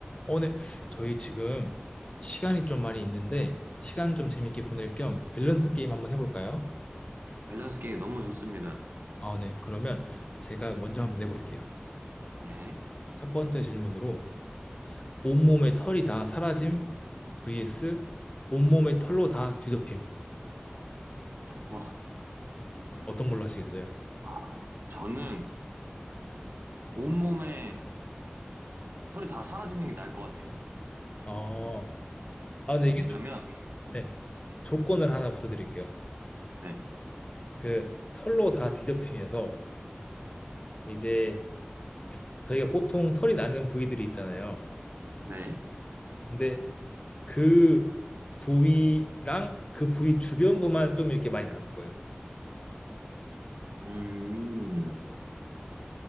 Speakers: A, on the left; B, on the right.
A: 어, 네. 저희 지금 시간이 좀 많이 있는데, 시간 좀 재밌게 보낼 겸 밸런스 게임 한번 해볼까요?
B: 밸런스 게임 너무 좋습니다.
A: 아, 네. 그러면 제가 먼저 한번 내볼게요.
B: 네.
A: 첫 번째 질문으로, 온몸에 털이 다 사라짐 vs 온몸에 털로 다 뒤덮임.
B: 어,
A: 어떤 걸로 하시겠어요?
B: 아, 저는 온몸에 털이 다 사라지는 게 나을 것 같아요.
A: 어, 아,
B: 네,
A: 근데 이게
B: 왜냐면,
A: 좀,
B: 음,
A: 네. 조건을 하나 붙여드릴게요.
B: 네,
A: 그 털로 다 뒤덮임에서 이제 저희가 보통 털이 나는 부위들이 있잖아요.
B: 네.
A: 근데 그 부위랑 그 부위 주변부만 좀 이렇게 많이 나는 거예요.
B: 음,